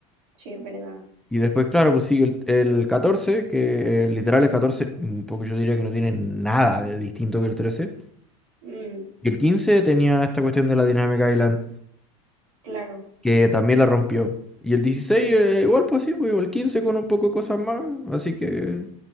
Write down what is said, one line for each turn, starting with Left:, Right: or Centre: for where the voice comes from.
Right: Sí, es verdad.
Centre: Y después, claro, pues sigue el, el 14, que eh, literal el 14 mm, porque yo diría que no tiene nada de distinto que el trece
Right: Mm,
Centre: Y el 15 tenía esta cuestión de la Dynamic Island,
Right: claro.
Centre: que también la rompió. Y el 16 eh, igual pues sí, pues, el 15 con un poco de cosas más. Así que,